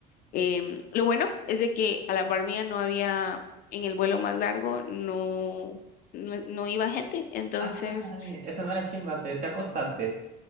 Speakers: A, on the left; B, on the right.
A: em, lo bueno es de que a la par mía no había, en el vuelo más largo, no, no, no iba gente, entonces,
B: Ah, dale, eso no era chimba, te, te acostaste.